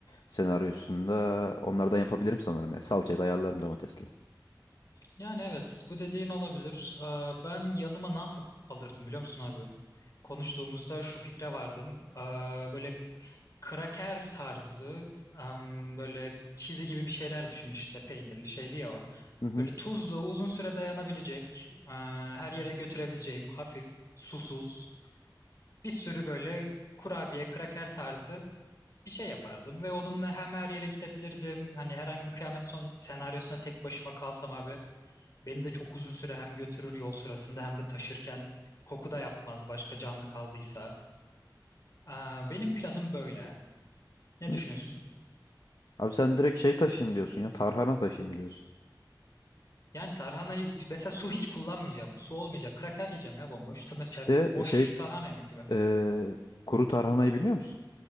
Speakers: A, on the left; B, on the left.
A: senaryosunda onlardan yapabilirim sanırım ya. Salçayı da ayarlarım domatesle.
B: Yani evet bu dediğin olabilir. Aa, ben yanıma ne yapıp alırdım biliyor musun abi? Konuştuğumuzda şu fikre vardım. Aa, böyle kraker tarzı em, böyle çizi gibi bir şeyler düşün işte peynirli şeyli ya o.
A: Hı hı.
B: Böyle tuzlu uzun süre dayanabilecek aa, her yere götürebileceğim hafif susuz bir sürü böyle kurabiye kraker tarzı bir şey yapardım ve onunla hem her yere gidebilirdim. Hani herhangi bir kıyamet son senaryosuna tek başıma kalsam abi beni de çok uzun süre hem götürür yol sırasında hem de taşırken koku da yapmaz başka canlı kaldıysa. Aa, benim planım böyle. Ne
A: Hı.
B: düşünüyorsun?
A: Abi sen direkt şey taşıyayım diyorsun ya. Tarhana taşıyayım diyorsun.
B: Yani tarhanayı mesela su hiç kullanmayacağım. Su olmayacak. Kraker yiyeceğim ya bomboş. Ta- Mesela
A: İşte
B: boş
A: e, şey
B: tarhana yemek gibi.
A: eee, kuru tarhanayı biliyor musun?